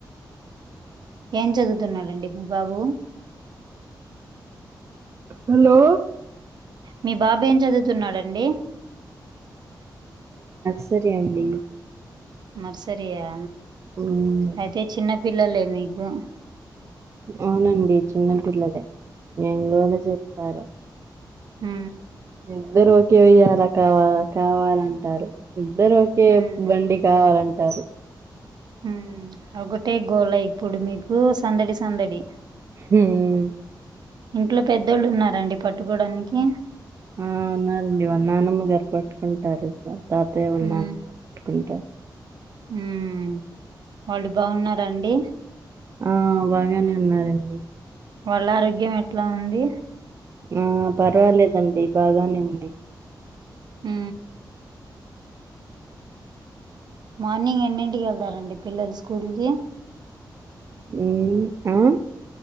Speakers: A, on the right (about 60°); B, on the right (about 35°).
A: ఏం చదువుతున్నారండి మీ బాబు
B: హలో
A: మీ బాబేమ్ చదువుతున్నాడండి
B: సరే అండి
A: నర్సరియా
B: మ్మ్.
A: అయితే చిన్నపిల్లలే మీకు
B: అవునండి చిన్నపిల్లలే నేను గూడా చెప్పారు
A: ఆ
B: ఇద్దరు ఓకే ఉయ్యాల కావాల కావాలంటారు ఇద్దరొకే
A: ఉమ్
B: బండి కావాలంటారు.
A: ఉ ఒకటే గోల ప్పుడు మీకూ సందడి సందడి
B: హ్మ్.
A: ఇంట్లో పెద్దోళ్ళున్నారండి పట్టుకోడానికి
B: ఆ ఉన్నారండి వాళ్ల నానమ్మ గారు పట్టుకుంటారు తాతయ్య
A: హ్మ్.
B: నానమ్మ పట్టుకుంటారు
A: హ్మ్. వాళ్ళు బాగున్నారండి.
B: ఆ బాగానే ఉన్నారండి
A: వాళ్ళ ఆరోగ్యం ఎట్లా ఉంది.
B: ఆ పర్వాలేదండి బాగానే ఉంది
A: ఉ మార్నింగ్ ఎన్నింటికెళ్తారండి పిల్లలు స్కూల్ కి
B: ఉ ఆ